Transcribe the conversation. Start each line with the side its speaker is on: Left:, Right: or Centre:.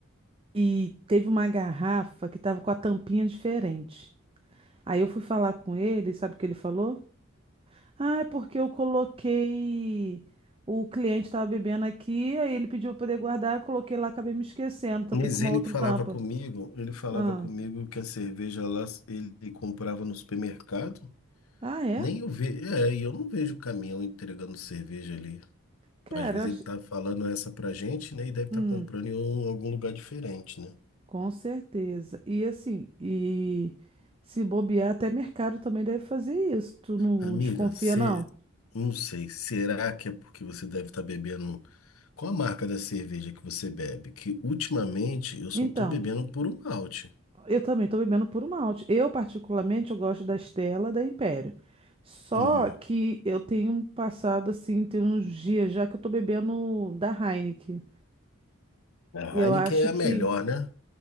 Right: e teve uma garrafa que estava com a tampinha diferente. Aí eu fui falar com ele, sabe o que ele falou? Ah, é porque eu coloquei. O cliente estava bebendo aqui, aí ele pediu para poder guardar, eu coloquei lá, acabei me esquecendo, tampei
Left: Mas
Right: com uma
Left: ele
Right: outra
Left: que falava
Right: tampa.
Left: comigo, ele falava
Right: Ah,
Left: comigo que a cerveja lá ele comprava no supermercado.
Right: ah é?
Left: Nem eu vejo, é, e eu não vejo caminhão entregando cerveja ali.
Right: Cara,
Left: Às vezes
Right: eu ach-
Left: ele tá falando essa pra gente, né? E deve estar
Right: hum,
Left: comprando em um- algum lugar diferente, né?
Right: com certeza. E assim, e se bobear, até mercado também deve fazer isso. Tu não
Left: Amiga,
Right: desconfia,
Left: você.
Right: não?
Left: Não sei. Será que é porque você deve estar bebendo. Qual a marca da cerveja que você bebe? Que ultimamente eu só
Right: Então.
Left: tô bebendo puro malte.
Right: Eu também estou bebendo puro malte. Eu, particularmente, eu gosto da Stella da Império. Só
Left: Uhum.
Right: que eu tenho passado, assim, tem uns dias já que eu estou bebendo da Heineken.
Left: A
Right: E eu
Left: Heineken
Right: acho
Left: é a
Right: que...
Left: melhor, né?